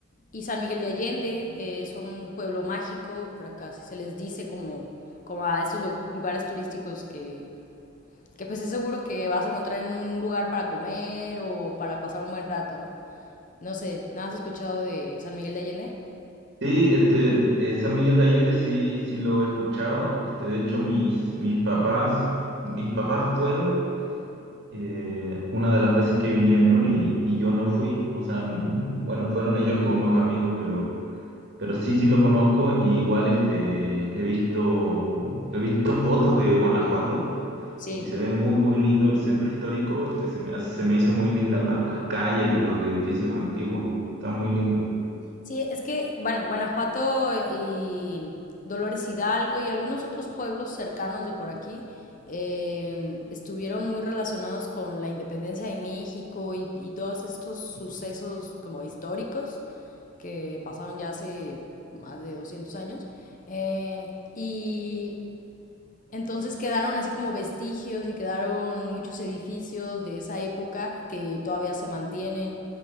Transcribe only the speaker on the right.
Sí, este, eh, San Miguel de Allende sí, sí lo he escuchado. Este, de hecho, mis, mis papás, mis papás fueron eh, una de las veces que vinieron y, y yo no fui. O sea, mm, bueno, fueron ellos con unos amigos, pero, pero sí, sí lo conozco. Y igual este, he visto, he visto fotos de Guanajuato
y se ve muy, muy lindo el centro histórico. Este, se me, hace- se me hizo muy linda las, las calles y los edificios antiguos. Está muy lindo.